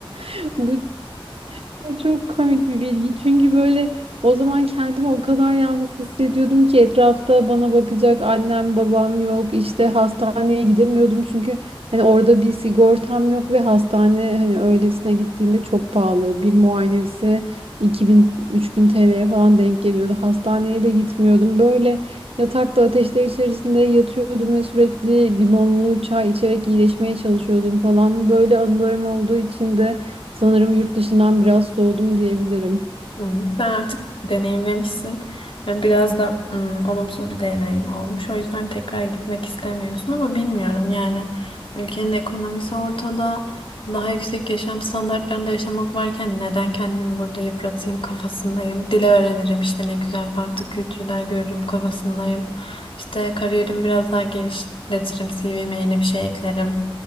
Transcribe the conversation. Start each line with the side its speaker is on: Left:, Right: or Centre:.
Right: <laughs> Bu o çok komik bir bilgi. Çünkü böyle o zaman kendimi o kadar yalnız hissediyordum ki etrafta bana bakacak annem babam yok. İşte hastaneye gidemiyordum çünkü hani orada bir sigortam yok ve hastane hani öylesine gittiğinde çok pahalı. Bir muayenesi 2000-3000 TL'ye falan denk geliyordu. Hastaneye de gitmiyordum. Böyle yatakta ateşler içerisinde yatıyordum ve sürekli limonlu çay içerek iyileşmeye çalışıyordum falan. Böyle anılarım olduğu için de Sanırım yurt dışından biraz soğudum diyebilirim.
Left: Hmm, Sen artık deneyimlemişsin ve biraz da hmm, olumsuz bir deneyim olmuş. O yüzden tekrar gitmek istemiyorsun ama bilmiyorum yani ülkenin ekonomisi ortada. Daha yüksek yaşam standartlarında yaşamak varken neden kendimi burada yıpratayım kafasındayım. Dil öğrenirim işte ne güzel farklı kültürler görürüm kafasındayım. İşte kariyerimi biraz daha geliştiririm. CV'me yeni bir şey eklerim.